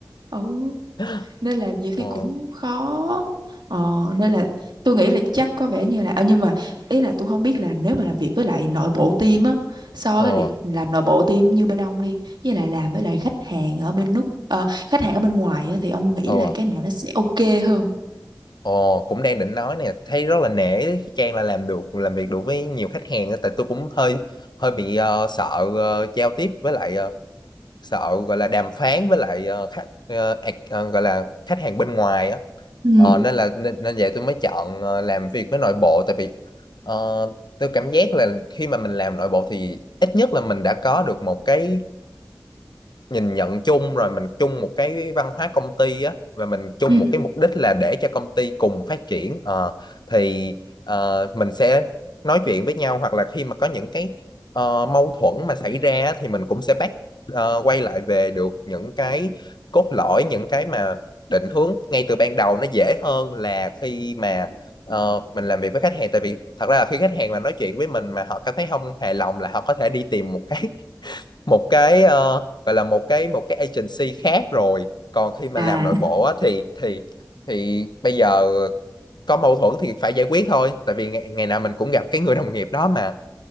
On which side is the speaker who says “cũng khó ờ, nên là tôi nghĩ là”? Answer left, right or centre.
Right